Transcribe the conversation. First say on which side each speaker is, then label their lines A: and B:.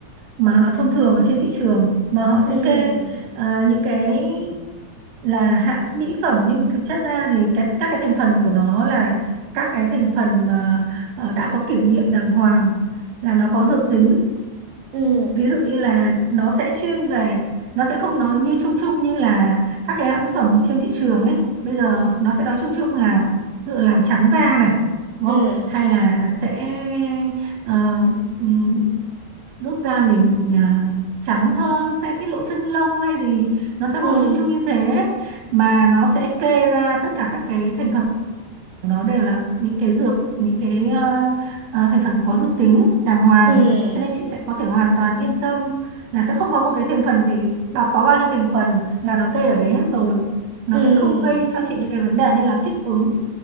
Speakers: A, on the right; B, on the right.
A: mà thông thường ở trên thị trường mà họ sẽ
B: ừ
A: kê ờ, những cái là hãng mỹ phẩm nhưng thực chất ra thì cái các cái thành phần của nó là các cái thành phần mà ờ, đã có kiểm nghiệm đàng hoàng là nó có dược tính
B: ừ
A: ví dụ như là nó sẽ chuyên về nó sẽ không nói như chung chung như là các cái hãng mỹ phẩm trên thị trường ấy bây giờ nó sẽ nói chung chung là ví dụ làm trắng da này đúng
B: ừ
A: không hay là sẽ ờ, ừm, giúp da mình ờ, trắng hơn sẽ cái lỗ chân lông hay gì nó sẽ không
B: ừ
A: nói chung chung như thế mà nó sẽ kê ra tất cả các cái thành phần nó đều là những cái dược những cái ờ, ờ, thành phần có dược tính đàng hoàng
B: ừ
A: cho nên chị sẽ có thể hoàn toàn yên tâm là sẽ không có một cái thành phần gì bà có bao nhiêu thành phần là nó kê ở đấy hết rồi nó
B: ừ
A: sẽ không gây cho chị những cái vấn đề như là kích ứng